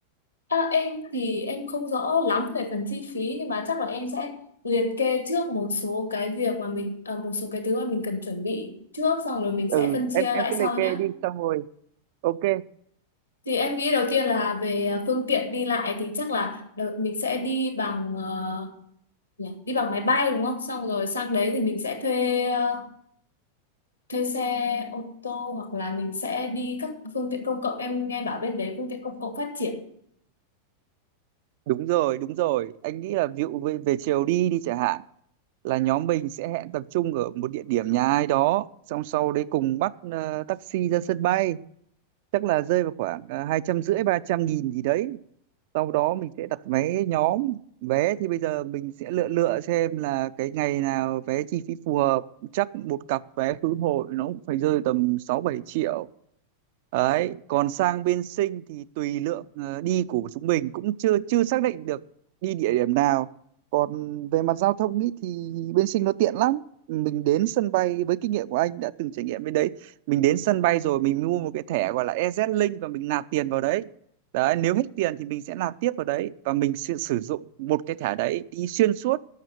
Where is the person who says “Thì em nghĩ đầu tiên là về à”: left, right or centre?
Left